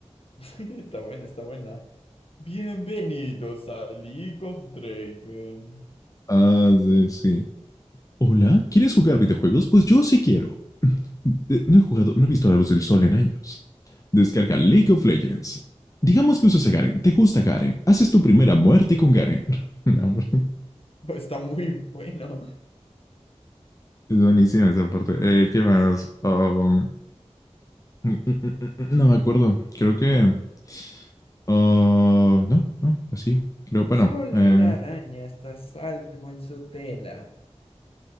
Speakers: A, on the left (about 55°); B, on the left (about 30°).
A: <laughs> Está buena, está buena. Bienvenidos a League of Draven.
B: Ah, sí, sí. Hola, ¿quieres jugar videojuegos? Pues yo sí quiero. Eh, No he jugado, no he visto la luz del sol en años. Descarga League of Legends. Digamos que usas a Garen, te gusta Garen, haces tu primera muerte con Garen. <laughs> No, hombre.
A: <laughs> Está muy bueno.
B: es buenísima esa parte. Eh, ¿Qué más? Um, Mm, mm, mm, mm, mm, No me acuerdo. Creo que. ah, no, no, vacío. Creo, bueno,
A: Solo
B: eh,
A: la araña está a salvo en su tela.